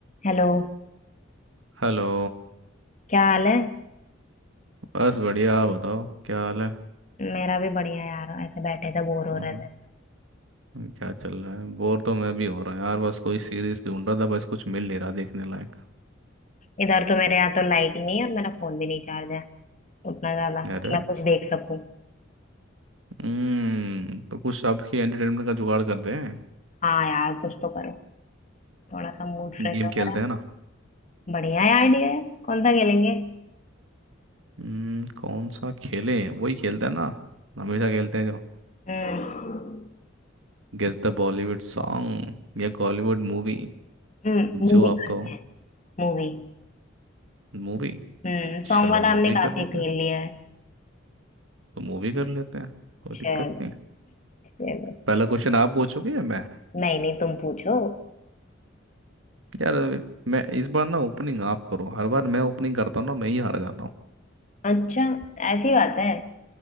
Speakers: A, on the left; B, on the right.
A: हेलो
B: हेलो
A: क्या हाल है
B: बस बढ़िया आप बताओ क्या हाल है
A: मेरा भी बढ़िया यार ऐसे बैठे थे बोर हो
B: और
A: रहे थे
B: क्या चल रहा है बोर तो मैं भी हो रहा हूँ यार बस कोई सीरीज ढूंढ रहा था बस कुछ मिल नहीं रहा देखने लायक
A: इधर तो मेरे यहाँ तो लाइट ही नहीं है और मेरा फोन भी नहीं चार्ज है उतना ज्यादा कि
B: अरे
A: मैं कुछ देख सकूं
B: हम्म तो कुछ आपकी एंटरटेनमेंट का जुगाड़ करते हैं
A: हाँ यार कुछ तो करो थोड़ा सा मूड
B: गेम
A: फ्रेश हो
B: खेलते
A: मेरा
B: हैं ना
A: बढ़िया आइडिया है कौन सा खेलेंगे
B: हम्म कौन सा खेलें वही खेलते हैं ना हमेशा खेलते हैं जो
A: हम्म
B: गेस द बॉलीवुड सॉन्ग या बॉलीवुड मूवी
A: हम्म
B: जो
A: मूवी
B: आपका
A: मूवी
B: मूवी
A: हम्म सॉन्ग
B: चलो
A: वाला
B: मूवी
A: हमने काफी
B: कर लेते
A: खेल
B: हैं
A: लिया है
B: तो मूवी कर लेते हैं कोई
A: चलो
B: दिक्कत नहीं है।
A: चलो
B: पहला क्वेश्चन आप पूछोगे या मैं
A: नहीं नहीं तुम पूछो
B: यार मैं इस बार ना ओपनिंग आप करो हर बार मैं ओपनिंग करता हूँ ना मैं ही हार जाता हूँ
A: अच्छा ऐसी बात है